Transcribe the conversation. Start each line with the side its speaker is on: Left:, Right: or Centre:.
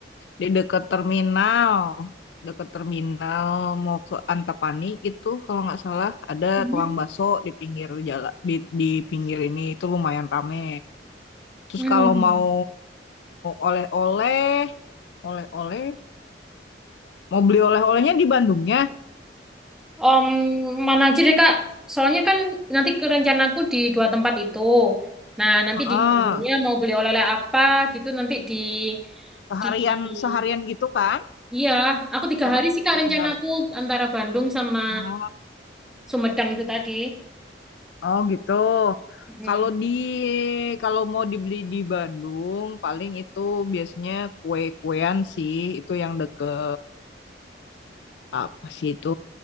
Left: Di deket terminal. Deket terminal mau ke Antapani gitu kalau nggak salah ada
Centre: Hmm.
Left: tukang bakso di pinggir jalan di, di pinggir ini itu lumayan rame. Terus
Centre: Hmm.
Left: kalau mau oleh-oleh, oleh-oleh, mau beli oleh-olehnya di Bandungnya.
Centre: Om mana aja deh Kak. Soalnya kan nanti ke rencanaku di dua tempat itu. Nah, nanti
Left: Heeh.
Centre: di Bandungnya mau beli oleh-oleh apa gitu nanti di
Left: Seharian
Centre: di
Left: seharian gitu kan?
Centre: iya, aku tiga
Left: Seha
Centre: hari sih Kak rencanaku
Left: sehari.
Centre: antara Bandung sama
Left: Oh,
Centre: Sumedang itu tadi.
Left: oh gitu.
Centre: Mm.
Left: Kalau di kalau mau dibeli di Bandung, paling itu biasanya kue-kuean sih, itu yang deket apa sih itu